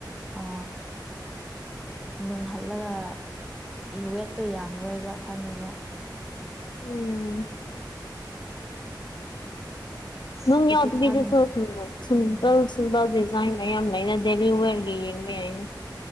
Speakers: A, in the centre; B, on the left.
A: ꯑ‌-ꯑ-ꯑ ꯅꯨꯡꯍꯜꯂꯒ ꯋꯦꯠꯇꯣ ꯌꯥꯝꯔꯣꯏꯕ ꯈꯪꯉꯦꯕ
B: ꯎꯝ
A: ꯑꯁ
B: ꯅꯨꯡ
A: ꯑꯩꯗꯤ
B: ꯌꯥꯎꯗꯕꯤꯗꯁꯨ
A: ꯈꯪ
B: ꯁꯤꯝꯄꯜ
A: ꯎꯝ
B: ꯁꯤꯝꯄꯜ ꯗꯤꯖꯥꯏꯟ ꯃꯌꯥꯝ ꯂꯩꯔ ꯗꯦꯜꯂꯤꯋꯦꯔ <unintelligible>